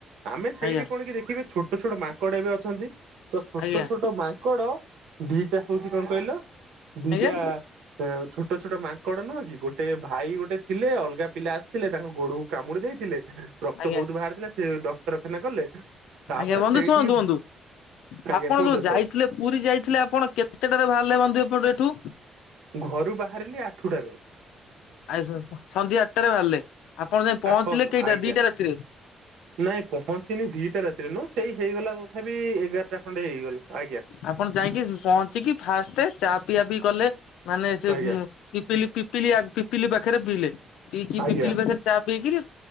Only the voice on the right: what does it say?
ଆମେ ସେଇଠି
କଣ କି ଦେଖିଲୁ ଛୋଟ ଛୋଟ ମାଙ୍କଡ ଏବେ ଅଛନ୍ତି। ତ ଛୋଟ
ଛୋଟ ମାଙ୍କଡ ଦିଟା ହଉଛି କଣ କହିଲ ଦିଟା
ଛୋଟ ଛୋଟ ମାଙ୍କଡ ନୁହଁ କି ଗୋଟେ ଭାଇ ଗୋଟେ ଥିଲେ ଅଲଗା ପିଲା ଆସିଥିଲେ ତା ଗୋଡକୁ କାମୁଡି ଦେଇଥିଲେ ରକ୍ତ
ବହୁତ ବାହାରିଥିଲା ସେ ଡକ୍ତରଖାନା ଗଲେ। ତାପରେ
ସେଇଠି
ଆଜ୍ଞା
କୁହନ୍ତୁ
ଏଥର
ଘରୁ ବାହାରିଲି ଆଠୁଟାରେ।
ଆ ସନ
ଆଜ୍ଞା
ନାଇଁ ପହଞ୍ଚିନି ଦିଟା ରାତିରେ ନୁହଁ ସେଇ ହେଇଗଲା ତଥାବିି ଏଗାରଟା ଖଣ୍ଡେ ହେଇଗଲା। ଆଜ୍ଞା।
ଆଜ୍ଞା
ଆଜ୍ଞା